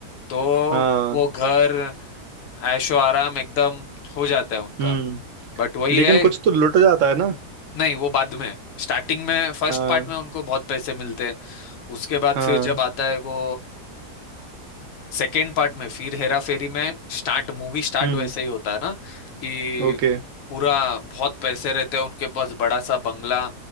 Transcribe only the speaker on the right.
हाँ
हम्म
लेकिन
कुछ तो लुट जाता है ना
हाँ
हाँ
हम्म
ओके